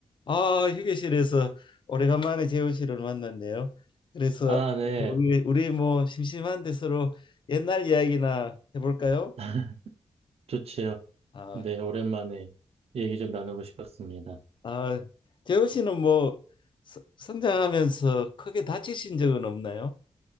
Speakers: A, on the left; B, on the right.
A: 아, 휴게실에서 오래간만에 재호 씨를 만났네요. 그래서
B: 아, 네.
A: 우리 우리 뭐 심심한데 서로 옛날 이야기나 해볼까요?
B: <laughs> 좋지요.
A: 아,
B: 네, 오랜만에 얘기 좀 나누고 싶었습니다.
A: 아, 재호 씨는 뭐 서- 성장하면서 크게 다치신 적은 없나요?